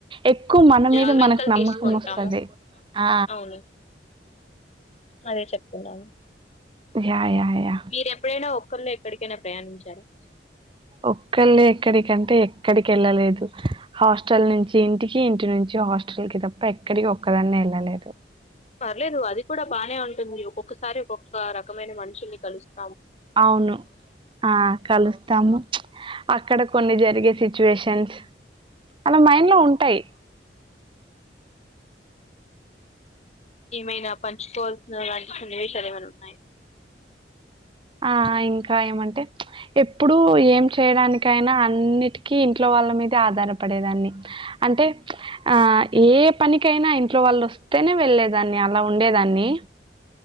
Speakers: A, on the right (about 30°); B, on the left (about 40°).
A: ఎక్కువ మన
B: జాగ్రత్తలు
A: మీద మనకు నమ్మకం
B: తీసుకుంటాము
A: వస్తది. ఆ
B: అవును అదే చెప్తున్నాను.
A: <unintelligible> యా
B: మీర ఎప్పుడైనా ఒక్కల్లె ఎక్కడికైనా ప్రయాణించారా
A: ఒక్కళ్లే ఎక్కడికంటే ఎక్కడికి వెళ్ళలేదు. హాస్టల్ నుంచి ఇంటికి, ఇంటి నుంచి హాస్టల్ కి తప్ప ఎక్కడికి ఒక్కదన్నే వెళ్ళలేదు.
B: పర్లేదు అది కూడా బానే ఉంటుంది. ఒక్కొక్కసారి ఒక్కొక్క రకమైన మనుషుల్ని కలుస్త
A: అవును ఆ కలుస్తాము. చ్ అక్కడ కొన్ని జరిగే సిచ్యుయేషన్స్ అలా మైండ్ లో ఉంటాయి.
B: ఏమైనా పంచుకోవాల్సిన లాంటి సన్నివేషాలు ఏమైనా ఉన్నాయా.
A: ఆ ఇంకా ఏమంటే ఎప్పుడు ఏం చేయడానికి కైనా అన్నిటికీ ఇంట్లో వాళ్ళ మీద ఆధారపడేదాన్ని. అంటే ఆ ఏ పనికైనా ఇంట్లో వాళ్ళు వస్తేనే వెళ్ళేదాన్ని అలా ఉండేదాన్ని.